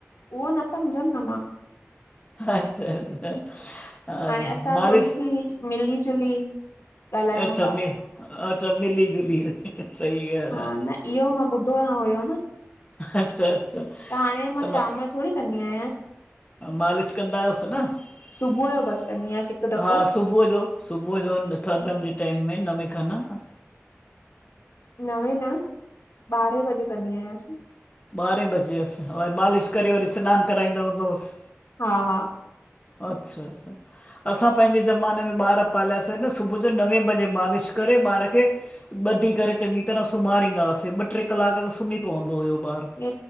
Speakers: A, on the left; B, on the left.
A: उहो, न समझ्यम न मां।
B: अच्छा अच्छा हा
A: हाणे असां
B: मालिश
A: थोड़ी सी, मिली जुली ॻाल्हायूं
B: अच्छा
A: था
B: मि-अच्छा मिली जुली, सई ॻाल
A: हा
B: आ।
A: न इहो मां ॿुधो न हुयो न।
B: अच्छा अच्छा
A: त हाणे मां
B: त म
A: शाम जो थोड़ी कंदी आयांस।
B: मालिश कंदा आयोस न?
A: सुबुह जो बसि
B: सुबुअ
A: कंदी आहियांसि
B: जो बस।
A: हिकु दफ़ो
B: हा सुबुअ जो, सुबुअ जो थाधल जे टाइम में नवें खन। हा
A: नवे न, ॿारें बजे कंदी आयांस।
B: ॿारें बजे अस, वरी मालिश करे, वरी सिनान कराईंदा हूंदोस।
A: हा हा
B: अच्छा अच्छा
A: <inaudible>
B: असां पेंजे ज़माने में ॿार पाल्यासे न, सुबु जो नवें बजे मालिश करे, ॿार खे ॿधी करे चंॻी तरां सुम्हारींदा हासे, ॿ ट्रे कलाक त सुमी पोंदो हुयो ॿार।
A: हे